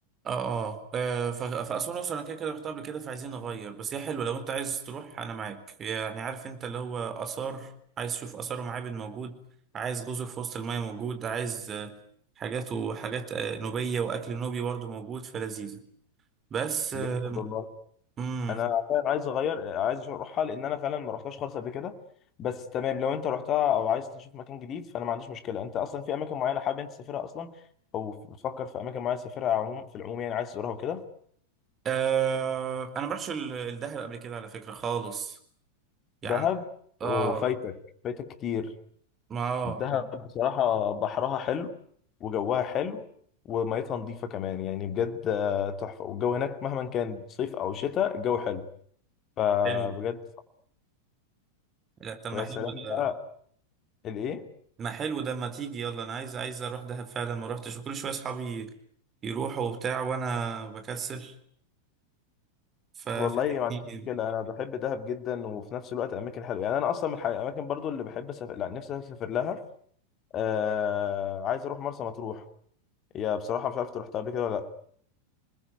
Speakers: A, on the right; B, on the left.
A: اه اه آه، ف- فاسوان اصلا انا كده كده رحتها قبل كده فعايزين نغير بس هي حلوه لو انت عايز تروح انا معاك يعني عارف انت اللي هو اثار عايز تشوف اثار ومعابد موجود عايز جزر في وسط المايه موجود عايز آه، حاجات وحاجات آه، نوبيه واكل نوبي برضه موجود فلذيذه بس آه،
B: جامد والله
A: امم
B: انا فعلا عايز اغير عايز أشوف اروحها لان انا فعلا ما رحتهاش خالص قبل كده بس تمام لو انت رحتها او عايز تشوف مكان جديد فانا ما عنديش مشكله انت اصلا في اماكن معينه حابب انت تسافرها اصلا او بتفكر في اماكن معينه تسافرها عموما في العموم يعني عايز تزورها وكده
A: آه انا ما رحتش ال- الدهب قبل كده على فكره خالص يعني
B: دهب
A: اه
B: وفايتك فايتك كتير
A: ما اه
B: دهب بصراحه بحرها حلو وجوها حلو وميتها نظيفه كمان يعني بجد آه، تحفه والجو هناك مهما كان صيف او شتاء الجو حلو فبجد
A: حلو لا طب ما
B: ويا
A: حلو
B: سلام بقى
A: ده
B: الايه
A: ما حلو ده ما تيجي يلا انا عايز عايز اروح دهب فعلا ما روحتش وكل شويه اصحابي يروحوا وبتاع وانا بكسل ففاتتني
B: والله ما عنديش مشكلة أنا بحب دهب جدا وفي نفس الوقت أماكن حلوة يعني أنا أصلا من الح- الأماكن برضو اللي بحب أسافر لا نفسي أسافر لها آه... عايز أروح مرسى مطروح هي بصراحة مش عارف أنت رحتها قبل كده ولا لأ